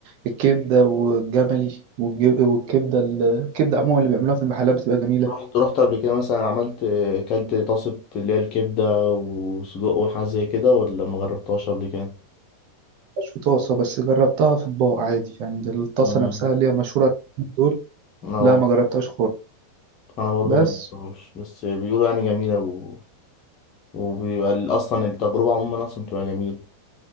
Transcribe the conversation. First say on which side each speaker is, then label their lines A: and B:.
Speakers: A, on the right; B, on the left.
A: الكبده والجملي والج- والكبده ال- الكبده عموما اللي بيعملوها في المحلات بتبقى جميله
B: رحت رحت قبل كده مثلا عملت كلت طاسه اللي هي الكبده وسجق وحاجه زي كده ولا ما جربتهاش قبل كده
A: مش في طاسه بس جربتها في اطباق عادي يعني ده الطاسه
B: مم.
A: نفسها اللي هي مشهوره دول
B: انا
A: لا ما جربتهاش خالص
B: انا برضه
A: بس
B: ما جربتهاش بس بيقولوا يعني جميله و... وبيبقى ال- اصلا التجربه عموما اصلا بتبقى جميله